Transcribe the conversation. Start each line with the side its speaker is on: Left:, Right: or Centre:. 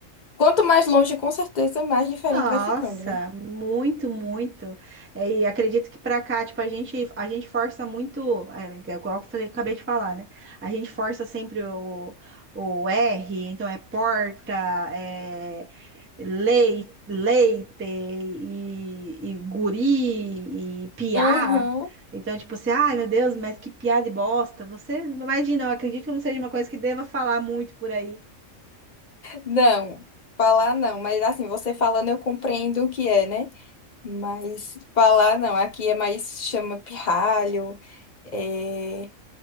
Left: Quanto mais longe, com certeza, mais diferente
Right: Nossa,
Left: vai ficando, né?
Right: muito, muito. É, E acredito que pra cá, tipo, a gente, a gente força muito, é, é igual eu falei, acabei de falar, né? A gente força sempre o, o R, então é porta, é lei, leite e, e guri e piá.
Left: Aham.
Right: Então, tipo assim, ai meu Deus, mas que piada e bosta. Você imagina, eu acredito que não seja uma coisa que deva falar muito por aí.
Left: Não, falar não, mas assim, você falando eu compreendo o que é, né? Mas falar não, aqui é mais chama pirralho, é